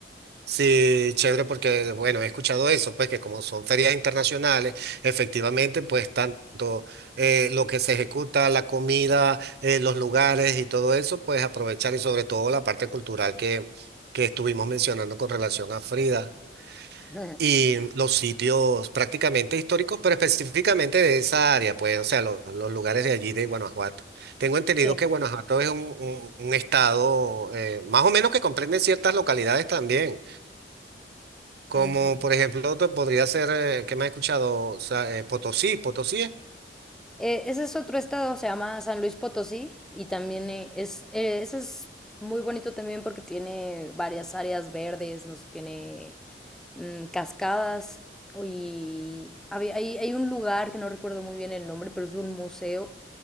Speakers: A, on the right (about 65°); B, in the centre.
A: Sí, chévere, porque bueno, he escuchado eso, pues que como son ferias internacionales, efectivamente, pues tanto eh, lo que se ejecuta, la comida, eh, los lugares y todo eso, pues aprovechar y sobre todo la parte cultural que, que estuvimos mencionando con relación a Frida
B: <laughs> Ujú.
A: y los sitios prácticamente históricos, pero específicamente de esa área, pues, o sea, los, los lugares de allí de Guanajuato. Tengo entendido
B: Sí.
A: que Guanajuato es un, un- un estado eh, más o menos que comprende ciertas localidades también. Como
B: Mm.
A: por ejemplo, otro podría ser, eh, que me has escuchado? O eh, Potosí, Potosí es.
B: Eh, ese es otro estado, se llama San Luis Potosí y también eh, es, eh, ese es muy bonito también porque tiene varias áreas verdes, nos tiene mm, cascadas y había- hay, hay un lugar que no recuerdo muy bien el nombre, pero es un museo